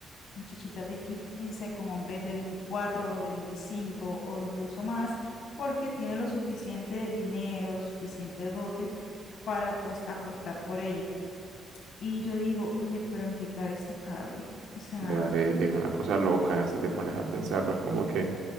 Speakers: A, on the left (about 70°); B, on the right (about 80°).
A: muchachitas de 15 con hombres de veinticuatro de 25 o incluso más, porque tiene lo suficiente dinero, suficiente dote para pues apostar por ella. Y yo digo, oye, pero ¿en qué cabeza cabe? O sea,
B: O sea, e- es una cosa loca, si te pones a pensarlo, es como que